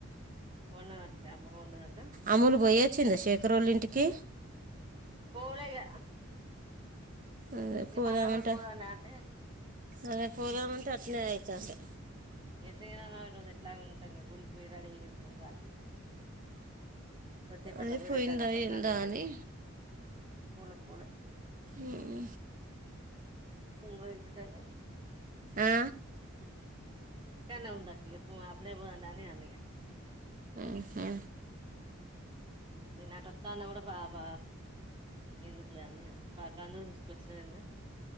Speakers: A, on the right (about 25°); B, on the right (about 40°).
A: కొన్నాద్ అట్లే అమ్మ కొన్నది అన్
B: అమ్ములు పోయి వచ్చిందా శేకరోళ్ల ఇంటికి
A: పోలే ఇగ
B: అదే
A: ఇగ
B: పోదామంటా
A: పండగ రోజు పోదాంలే అంటే
B: అదే పోదామంటే అట్నే అయి సర్లే
A: ఇగ శ్రీరామనవమి రోజు ఎట్లాగ్ ఉంటాం గా గుడికి పోయి రడీ అయ్ ఉంటాం కావట్టి కొసేపాట్లో
B: అదే
A: పోయిద్దానాపన్
B: పోయిందా ఏందా
A: నాదే అన్
B: అని
A: పోలే పోలే
B: ఉమ్
A: ఉన్న ఇంటికన్నే
B: ఆ?
A: ఇంటికన్నే ఉంది అక్క పో అప్పుడేపోదాం దా అని అన్న ఇగ
B: మ్హూ.
A: నే నటోత్తన కూడా పా పా ఇంకెందుకులే అని అన్ పా కందులు తీసుకొచ్చిన నిన్న